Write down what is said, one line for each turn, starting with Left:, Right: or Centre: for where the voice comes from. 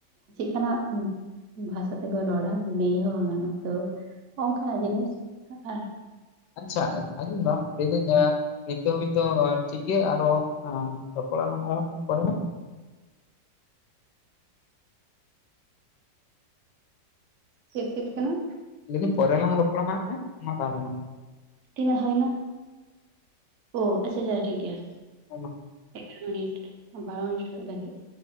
Right: ᱪᱮᱫ ᱠᱟᱱᱟᱜ ᱵᱷᱟᱥᱟ ᱛᱮᱠᱚ ᱨᱚᱲᱟ ᱞᱟᱹᱭ ᱦᱚᱸ ᱵᱟᱝ ᱜᱟᱱᱚᱜᱼᱟ ᱛᱚ, ᱚᱝᱠᱟᱱᱟᱜ ᱡᱤᱱᱤᱥ ᱟᱨ
Left: ᱟᱪᱪᱷᱟ ᱟᱸᱡᱚᱢ ᱫᱟᱢ ᱞᱟᱹᱭᱫᱟᱹᱧ ᱱᱤᱛᱚᱜ ᱦᱟᱹᱵᱤᱡ ᱫᱚ ᱴᱷᱤᱠ ᱜᱮᱭᱟ ᱟᱨᱦᱚᱸ ᱟᱸ ᱨᱚᱯᱚᱲ ᱟᱞᱟᱝ ᱟᱨᱦᱚᱸ ᱯᱚᱨᱮ <unintelligible>
Right: ᱪᱮᱫ ᱪᱮᱫ ᱠᱟᱱᱟ?
Left: ᱞᱟᱹᱭᱫᱟᱹᱧ ᱯᱚᱨᱮ ᱞᱟᱝ ᱨᱚᱯᱚᱲᱟ ᱦᱟᱸᱜ ᱦᱮᱸ, ᱢᱟ ᱛᱟᱦᱚᱞᱮ ᱢᱟ᱾
Right: ᱛᱤᱱᱟᱹᱜ ᱦᱳᱭᱱᱟ? ᱳ ᱟᱪᱪᱷᱟ ᱟᱪᱪᱷᱟ ᱴᱷᱤᱠ ᱜᱮᱭᱟ᱾
Left: <unintelligible>
Right: ᱮᱜᱟᱨᱚ ᱢᱤᱱᱤᱴ, ᱳ ᱵᱟᱨᱳ ᱢᱤᱱᱤᱴ ᱦᱩᱭᱩᱜ ᱞᱟᱹᱜᱤᱜ,